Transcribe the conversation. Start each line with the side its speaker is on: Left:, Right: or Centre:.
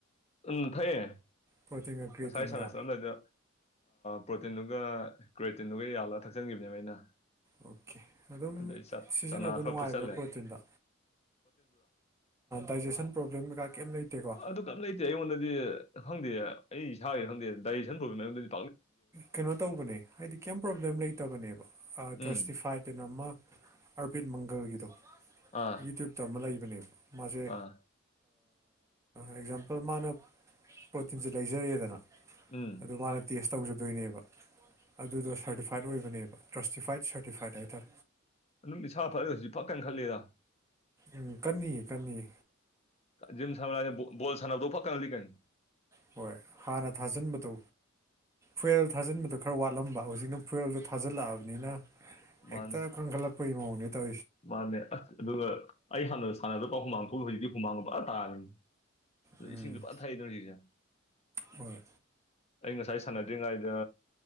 Left: ꯎꯝ ꯐꯩꯌꯦ
Right: ꯄ꯭ꯔꯣꯇꯤꯟꯒ ꯀ꯭ꯔꯤꯌꯦꯇꯤꯟꯒ
Left: ꯉꯁꯥꯏ ꯁꯥꯟꯅ ꯆꯠꯂꯝꯗꯥꯏꯗ ꯄ꯭ꯔꯣꯇꯤꯟꯗꯨꯒꯤ ꯑꯗꯨꯒ ꯀ꯭ꯔꯦꯇꯤꯟꯗꯨꯒ ꯌꯥꯜꯂꯒ ꯊꯛꯆꯟꯈꯤꯕꯅꯦꯕ ꯑꯩꯅ
Right: ꯑꯣꯀꯦ ꯑꯗꯨꯝ
Left: ꯑꯗꯨꯗ ꯆ
Right: ꯁꯤꯖꯤꯟꯅꯕ
Left: ꯆꯅꯥ ꯈꯔ
Right: ꯅꯨꯡꯉꯥꯏꯕ꯭ꯔꯥ
Left: ꯐꯣꯏꯁꯦ
Right: ꯄ꯭ꯔꯣꯇꯤꯟꯗꯣ ꯗꯥꯏꯖꯦꯁꯟ ꯄ꯭ꯔꯣꯕ꯭ꯂꯦꯝ ꯀꯩꯀꯥ ꯀꯩꯝ ꯂꯩꯇꯦꯀꯣ
Left: ꯑꯗꯨ ꯀꯔꯤꯝ ꯂꯩꯇꯦ ꯑꯩꯉꯣꯟꯗꯗꯤ ꯈꯪꯗꯦ ꯑꯩ ꯏꯁꯥꯒꯤ ꯈꯪꯗꯦ ꯗꯥꯏꯖꯦꯁꯟ ꯄ꯭ꯔꯣꯕꯂꯦꯝꯗꯗꯤ
Right: ꯀꯩꯅꯣ ꯇꯧꯕꯅꯦ ꯍꯥꯏꯗꯤ ꯀꯌꯥꯝ ꯄ꯭ꯔꯣꯕ꯭ꯂꯦꯝ ꯂꯩꯇꯕꯅꯦꯕ ꯇ꯭ꯔꯁꯇꯤꯐꯥꯏꯠ
Left: ꯎꯝ
Right: ꯀꯩꯅꯣ ꯑꯃ ꯑꯥꯔꯕꯤꯠ ꯃꯪꯒꯜꯒꯤꯗꯣ
Left: ꯑꯥ
Right: ꯌꯨꯇ꯭ꯌꯨꯕꯇ ꯑꯃ ꯂꯩꯕ ꯃꯥꯦ
Left: ꯑꯥ
Right: ꯑꯦꯛꯖꯥꯝꯄꯜ ꯃꯥꯅ ꯄꯣꯇꯤꯟꯁꯦ ꯂꯩꯖꯔꯦꯗꯅ
Left: ꯎꯝ
Right: ꯑꯗꯨ ꯃꯥꯅ ꯇꯦꯁ ꯇꯧꯖ ꯑꯗꯨꯣꯏꯅꯦꯕ ꯑꯗꯨꯗꯣ ꯁꯔꯇꯤꯐꯥꯏꯠ ꯑꯣꯏꯕꯅꯦꯕ ꯇ꯭ꯔꯁꯇꯤꯐꯥꯏꯠ ꯁꯔꯇꯤꯐꯥꯏꯠ ꯍꯥꯏꯇꯥꯔꯦ
Left: ꯑꯗꯨꯝ ꯏꯁꯥ ꯐꯠ ꯍꯧꯖꯤꯛ ꯐꯛꯀꯅ ꯈꯜꯂꯦꯗ
Right: ꯎꯝ ꯀꯑ ꯀꯑꯌꯦ
Left: ꯖꯤꯝ ꯁꯂꯣ ꯣꯜ ꯁꯥꯟꯅꯕꯗꯣ ꯄ ꯐꯥꯀꯅ ꯂꯤꯀꯅꯤ
Right: ꯍꯣꯏ ꯍꯥꯟꯅ ꯊꯥꯖꯤꯟꯕꯗꯨ ꯐꯌꯦꯦꯜ ꯊꯥꯖꯤꯟꯕꯗꯣ ꯈꯔ ꯋꯥꯠꯂꯝꯕ ꯍꯧꯖꯤꯛꯅ ꯐꯨꯔꯌꯦꯦꯜꯗꯣ ꯊꯥꯖꯤꯜꯂꯛꯑꯕꯅꯤꯅ
Left: ꯃꯥꯅꯦ
Right: ꯍꯛꯇ ꯈꯪ ꯈꯦꯜꯂꯛꯄꯅꯤ ꯇ
Left: ꯃꯥꯅꯦ ꯑꯁ ꯑꯗꯨꯒ ꯑꯩ ꯍꯥꯟꯅ ꯁꯥꯟꯅꯗꯄꯥ ꯍꯨꯃꯥꯡ ꯊꯣꯛ ꯍꯧꯖꯤꯛꯇꯤ ꯍꯨꯃꯥꯡꯕ ꯑ ꯇꯥꯔꯅꯤ
Right: ꯎꯝ
Left: ꯏꯁꯤꯡ ꯂꯨꯄꯥ ꯊꯥꯗꯧ ꯁꯤꯁꯦ
Right: ꯍꯣꯏ
Left: ꯑꯩ ꯉꯁꯥꯏ ꯁꯥꯟꯅꯗ꯭ꯔꯤꯉꯩꯗ